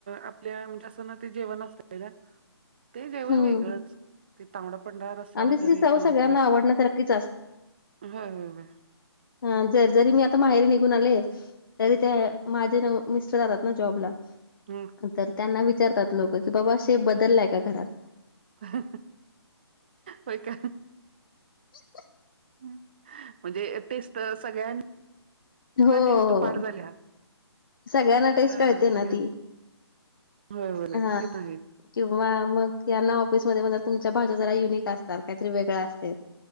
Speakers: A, on the right; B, on the left.
A: आपल्या म्हणजे असं ना ते जेवण असत ते जेवण
B: हम्म.
A: वेगळंच ते तांबडा पांढरा रस्सा
B: आणि
A: वगैरे
B: त्याची चव
A: पण
B: सगळ्यांना
A: आता
B: आवडण्यासारखीच
A: होय होय होय
B: ह जर जरी मी आता माहेर निघून आले तरी ते माझे मिस्टर जातात ना जॉबला
A: हम
B: तर त्यांना विचारतात लोक की बाबा शेप बदललाय का घरात
A: हाहा होय का
B: <inaudible>
A: हं. म्हणजे तेच तर सगळ्या
B: हो,
A: ना
B: हो.
A: टेस्ट पाठ
B: हो.
A: झाल्या
B: सगळ्यांना
A: हं
B: टेस्ट कळते
A: सगळ्या
B: ना ती
A: होय होय
B: हां
A: ते पण आहे
B: किंवा मग यांना ऑफिसमध्ये म्हणतात तुमच्या भाषा जरा युनिक असतात काहीतरी वेगळ असते